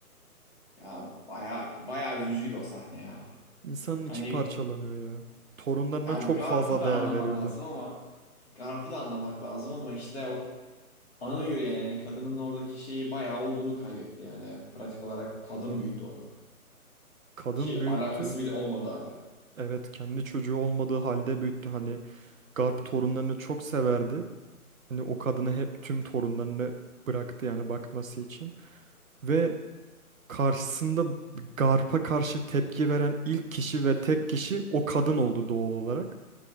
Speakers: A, on the left; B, on the right.
A: Ya baya baya üzücüydü o sahne ya.
B: İnsanın içi
A: Hani
B: parçalanıyor ya. Torunlarına
A: Yani
B: çok
A: Garp'ı
B: fazla
A: da
B: değer
A: anlaman
B: veriyordu.
A: lazım ama Garp'ı da anlamak lazım ama işte o ana yüreği yani kadının oradaki şeyi bayağı olduğunu kaybetti yani pratik olarak kadın büyüttü onu.
B: Kadın
A: Ki
B: büyüttü.
A: alakası bile olmadı hala.
B: Evet kendi çocuğu olmadığı halde büyüttü. Hani Garp torunlarını çok severdi. Hani o kadını hep tüm torunlarını bıraktı yani bakması için. Ve Karşısında Garp'a karşı tepki veren ilk kişi ve tek kişi o kadın oldu doğal olarak.